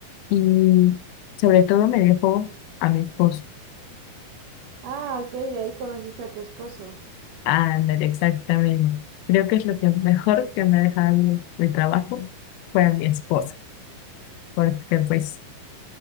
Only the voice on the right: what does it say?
Ah, ok, de ahí conociste a tu esposo.